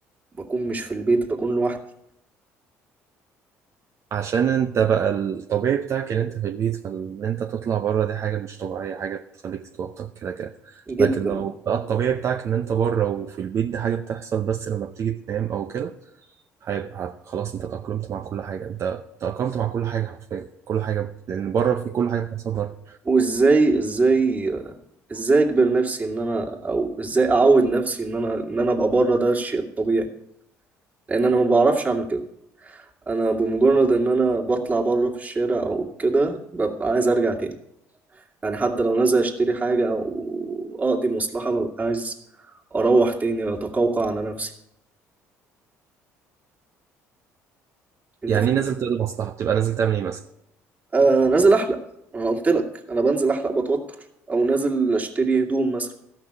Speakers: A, on the right (about 25°); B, on the right (about 50°).
A: وبكون مش في البيت بكون لوحدي
B: عشان انت بقى الطبيعي بتاعك ان انت في البيت فان انت تطلع بره دي حاجه مش طبيعيه حاجه بتخليك تتوتر كده كده
A: جدا
B: لكن لو بقى الطبيعي بتاعك ان انت بره وفي البيت دي حاجه بتحصل بس لما بتيجي تنام او كده هيبقى هت- خلاص انت تأقلمت مع كل حاجة انت تأقلمت مع كل حاجة حرفيا كل حاجة لأن بره في كل حاجة بتحصل بره
A: وازاي ازاي ازاي اجبر نفسي ان انا او ازاي اعود نفسي ان انا ان انا ابقى بره ده الشيء الطبيعي لان انا ما بعرفش اعمل كده انا بمجرد ان انا بطلع بره في الشارع او كده ببقى عايز ارجع تاني يعني حتى لو نازل اشتري حاجة او اقضي مصلحة ببقى عايز اروح تاني واتقوقع على نفسي انت
B: يعني
A: فاهم
B: ايه نازل تقضي مصلحة بتبقى نازل تعمل ايه مثلا
A: آه نازل احلق انا قلت لك انا بنزل احلق بتوتر او نازل اشتري هدوم مثلا